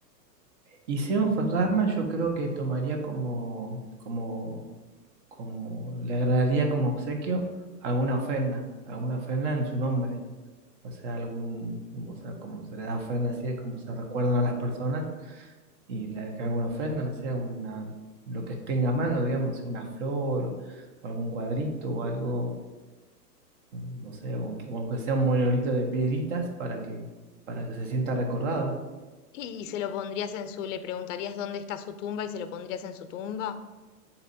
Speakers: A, on the right; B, on the left.
A: y sea un fantasma, yo creo que tomaría como, como, como, le agradaría como obsequio alguna ofrenda, alguna ofrenda en su nombre. O sea, algún, o sea, como se le da ofrenda así, es como se recuerdan a las personas. y la que haga una ofrenda, no sé, una, lo que tenga a mano, digamos, no sé, una flor o, o algún cuadrito o algo, no sé, aunque, aunque sea un monolito de piedritas para que, para que se sienta recordado.
B: Y, y se lo pondrías en su, le preguntarías dónde está su tumba y se lo pondrías en su tumba.